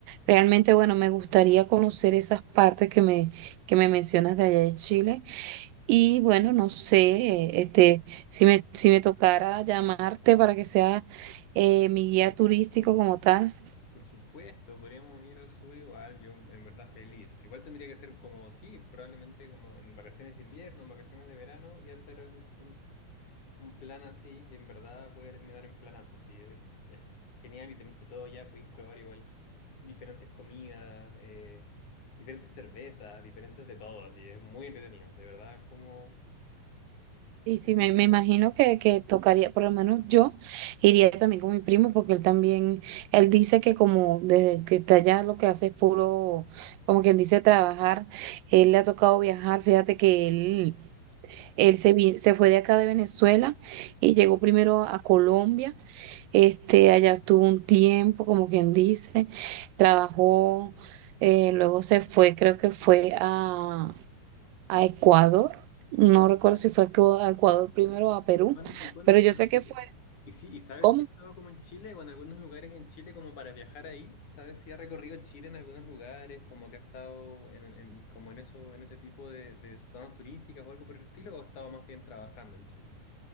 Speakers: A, on the right (about 80°); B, on the left (about 60°).
A: realmente, bueno, me gustaría conocer esas partes que me, que me mencionas de allá de Chile. Y bueno, no sé, este, si me, si me tocara llamarte para que sea eh, mi guía turístico
B: Ujú.
A: como tal.
B: Por supuesto, podríamos ir al sur igual, yo en verdad feliz. Igual tendría que ser como, sí, probablemente como en vacaciones de invierno, en vacaciones de verano y hacer un, un, un plan así que en verdad puede terminar en planazo, sí, es, es genial y teniste todo ya, podéis probar igual diferentes comidas, eh, diferentes cervezas, diferentes de todo, así, es muy entretenido, de verdad es como,
A: Y sí
B: hay mucho,
A: me, me imagino que, que tocaría, por lo menos yo iría también con mi primo, porque él también, él dice que como desde que está allá lo que hace es puro, como quien dice, trabajar. Él le ha tocado viajar, fíjate que él, él se, vi- se fue de acá de Venezuela y llegó primero a Colombia. Este, allá estuvo un tiempo, como quien dice, trabajó, eh, luego se fue, creo que fue a, a Ecuador, no recuerdo
B: ¿ya?
A: si fue a Ecu- a Ecuador primero o a Perú,
B: ¿Y cuán- y cuándo,
A: pero
B: fue
A: yo sé
B: a Chile?
A: que fue,
B: ¿Y, sí, y sabes
A: ¿cómo?
B: si he estado como en Chile o en algunos lugares en Chile como para viajar ahí? ¿Sabes si ha recorrido Chile en algunos lugares, como que ha estado en, en- como en eso, en ese tipo de, de zonas turísticas o algo por el estilo, o ha estado más bien trabajando en Chile?